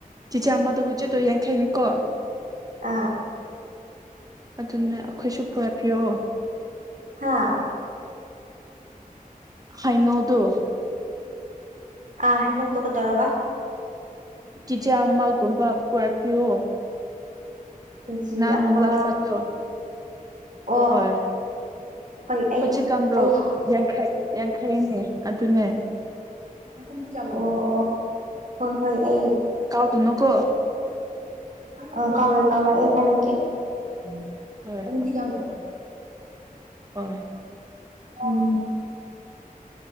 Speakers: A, on the right (about 25°); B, on the right (about 60°).
A: ꯆꯤꯆꯦ ꯑꯃꯗ ꯍꯧꯖꯤꯛꯇꯨ ꯌꯦꯡꯈꯩꯅꯤꯀꯣ
B: ꯑꯥ
A: ꯑꯗꯨꯅꯦ ꯑꯩꯈꯣꯢꯁꯨ ꯄꯨꯔꯛꯄꯤꯌꯣ
B: ꯍꯥꯥ
A: ꯍꯩꯅꯧꯗꯨ
B: ꯑꯥ ꯍꯩꯅꯧꯗꯣ ꯀꯩꯗꯧꯔꯕ
A: ꯆꯤꯆꯦ ꯑꯃꯒꯨꯝꯕ ꯄꯨꯔꯛꯄꯤꯌꯣ
B: ꯀꯦꯖꯤ
A: ꯅꯪ
B: ꯑꯃ
A: ꯂꯛꯁꯠꯇꯣ
B: ꯑꯣ
A: ꯍꯣꯢ
B: ꯍꯣꯏ ꯑꯩ
A: ꯍꯧꯖꯤꯛꯀꯥꯟꯗꯣ
B: ꯑꯩ
A: ꯌꯥꯡꯈꯩ ꯌꯥꯡꯈꯩꯅꯦ ꯑꯗꯨꯅꯦ
B: ꯑꯗꯨꯝ ꯆꯪꯂꯛꯑꯣ ꯑꯣ ꯍꯣꯢ ꯍꯣꯢ ꯑꯩ
A: ꯀꯥꯎꯒꯅꯨꯀꯣ
B: ꯑꯥ ꯀꯥꯎꯔꯣꯢ ꯀꯥꯎꯔꯣꯢ ꯑꯩ ꯍꯥꯢꯔꯛꯀꯦ <unintelligible>
A: ꯍꯣꯏ ꯍꯣꯢ
B: ꯑꯥꯝ